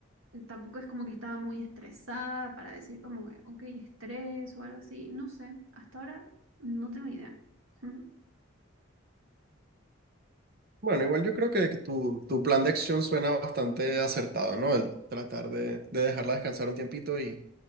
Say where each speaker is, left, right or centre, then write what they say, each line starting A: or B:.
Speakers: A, on the right; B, on the right.
A: tampoco es como que estaba muy estresada para decir como, ok, estrés o algo así, no sé, hasta ahora no tengo idea. <laughs>
B: Bueno, igual yo creo que que tu, tu plan de acción suena bastante acertado, ¿no? El tratar de, de dejarla descansar un tiempito y